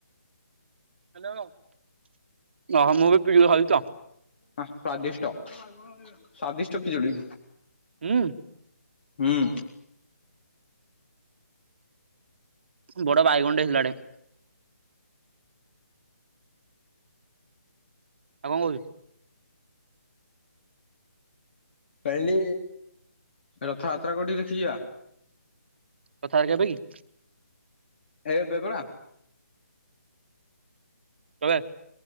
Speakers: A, on the right; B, on the left.
A: <unintelligible>
B: ହଁ ସ୍ୱାଦିଷ୍ଟ ସ୍ୱାଦିଷ୍ଟ ପିଜୁଳି।
A: ହୁଁ
B: ହୁଁ।
A: ବଡ ଭାଇଗନ ଟେ ହେଲାଟେ। ଆଉ କଣ କହୁଛୁ?
B: ପେଲି ରଥଯାତ୍ରା କୋଉଠିକି ଦେଖିଜିବା?
A: ରଥଯାତ୍ରା କେଭେ କି?
B: ଏଇ ଏବେ ପରା।
A: କେବେ?